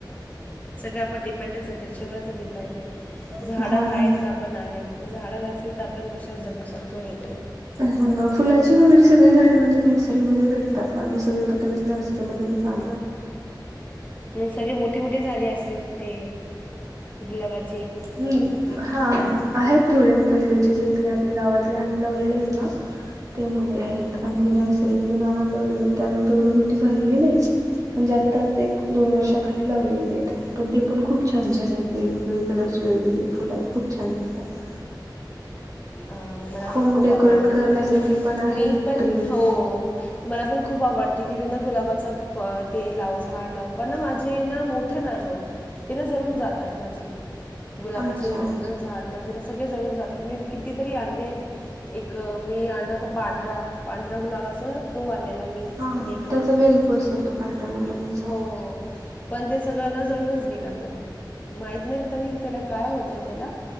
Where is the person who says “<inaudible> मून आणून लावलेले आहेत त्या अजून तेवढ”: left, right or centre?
Right